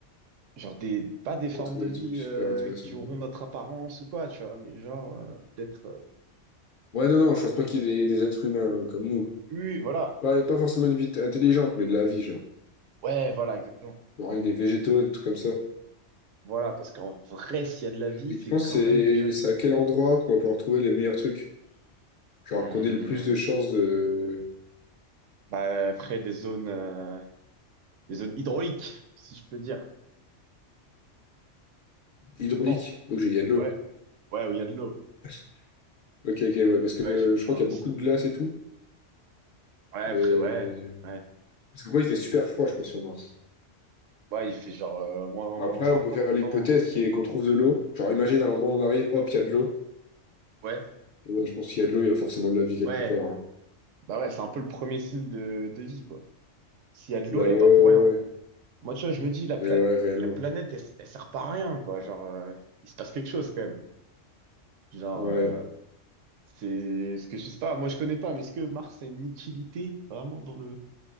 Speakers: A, on the right (about 85°); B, on the left (about 60°).
A: genre des, pas des formes
B: retrouve
A: de vie
B: des trucs super
A: euh,
B: intéressants
A: qui
B: là-bas.
A: auront notre apparence ou quoi, tu vois, mais genre euh, peut-être, euh,
B: Ouais, non, non, je pense pas qu'il y ait des, des êtres humains euh, comme nous.
A: oui, oui, voilà,
B: Pas, pas forcément une vie intelligente, mais de la vie, genre.
A: ouais, voilà, exactement.
B: Genre avec des végétaux et tout comme ça.
A: Voilà, parce qu'en vrai, s'il y a de la vie,
B: Et
A: c'est
B: tu penses
A: quand
B: c'est
A: même déjà quelque
B: c'est
A: chose.
B: à quel endroit qu'on va pouvoir trouver les meilleurs trucs? Genre
A: Hum,
B: qu'on ait le plus de chances de
A: bah, elle ferait des zones, euh, des zones hydrauliques, si je peux dire,
B: hydraulique?
A: je pense.
B: Ok, il y a de l'eau.
A: Ouais, ouais, où il y a de l'eau.
B: <laughs> Ok, ok, ouais, parce que
A: Ouais, j'ai pris
B: je crois
A: un
B: qu'il y a
A: simili.
B: beaucoup de glace et tout,
A: Ouais,
B: mais
A: après, ouais, ouais.
B: Parce que quoi, il fait super froid, je crois, sur Mars.
A: Ouais, il fait genre euh, moins,
B: Après,
A: moins 50
B: on peut faire l'hypothèse
A: non?
B: qui est qu'on trouve de l'eau. Genre, imagine à l'endroit où on arrive, hop, il y a de l'eau.
A: Ouais,
B: Ouais, je pense qu'il y a de l'eau, il y a forcément de la vie quelque
A: ouais.
B: part. hein.
A: Bah ouais, c'est un peu le premier signe de, de vie, quoi. S'il y a de
B: Bah
A: l'eau, elle
B: ouais, ouais,
A: est pas pour rien.
B: ouais,
A: Moi, tu vois, je me dis, la, pla-
B: Euh, ouais, réellement.
A: la planète, elle, elle sert pas à rien, quoi. Genre, euh, il se passe quelque chose, quand même. Genre,
B: Ouais.
A: euh, c'est ce que je sais pas. Moi, je connais pas, mais est-ce que Mars a une utilité vraiment dans le.